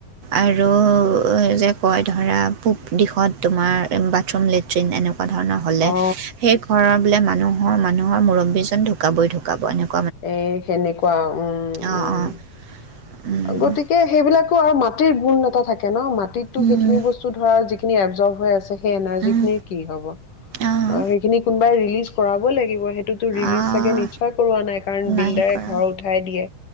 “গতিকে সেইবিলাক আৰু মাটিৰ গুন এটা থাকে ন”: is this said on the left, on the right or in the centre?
Left